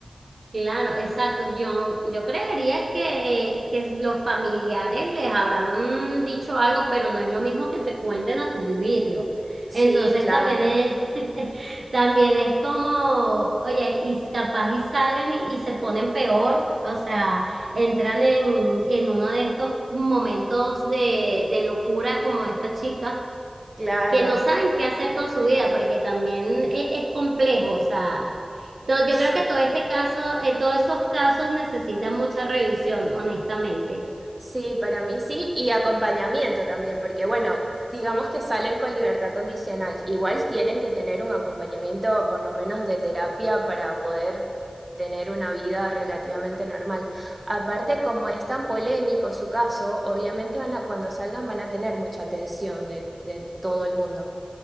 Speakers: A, on the right; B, on the right.
A: Claro, exacto. Yo, yo creería que, que los familiares les habrán dicho algo, pero no es lo mismo que te cuenten a tu vivirlo.
B: Sí,
A: Entonces
B: claro,
A: también es, <laughs> también es como, oye, y capaz y salen y, y se ponen peor, o sea, entran en, en uno de estos momentos de, de locura como esta chica,
B: claro.
A: que no saben qué hacer con su vida, porque también e- es complejo, o sea. Entonces, yo
B: Sí.
A: creo que todo este caso, eh, todos esos casos necesitan mucha revisión, honestamente.
B: Sí, para mí sí, y acompañamiento también, porque bueno, digamos que salen con libertad condicional, igual tienen que tener un acompañamiento por lo menos de terapia para poder tener una vida relativamente normal. Aparte, como es tan polémico su caso, obviamente van a, cuando salgan van a tener mucha atención de, de todo el mundo